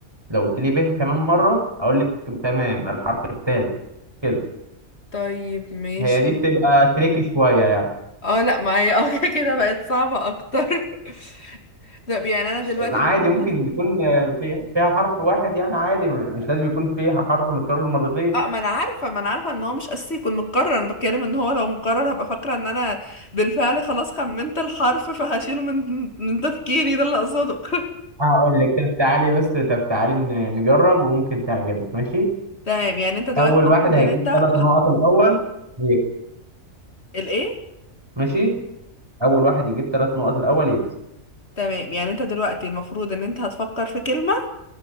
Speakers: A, on the right; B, on the left.
A: لو قلت لي ب كمان مره اقول لك تمام الحرف الثالث كده
B: طيب ماشي
A: هي دي بتبقى تريكي شويه يعني
B: اه لا معايا اه <laughs> كده بقت صعبة اكتر <laughs> طب يعني انا دلوقتي
A: عادي
B: المفروض
A: ممكن يكون في فيها حرف واحد يعني عادي مش لازم يكون فيها حرف متكرر مرتين
B: اه ما انا عارفه ما انا عارفه ان هو مش اساسي يكون متكرر انا بتكلم ان هو لو مكرر هبقى فاكره ان انا بالفعل خلاص خمنت الحرف فهشيله من من تفكيري ده اللي اقصده <laughs>
A: هقول لك طب تعالي بس طب تعالي ن- نجرب وممكن تعجبك ماشي
B: تمام يعني انت دلوقتي
A: اول
B: المفروض
A: واحد هيجيب
B: ان انت ه-
A: ثلاث نقط الاول يكسب
B: الايه
A: ماشي اول واحد يجيب ثلاث نقط الاول يكسب
B: تمام يعني انت دلوقتي المفروض ان انت هتفكر في كلمه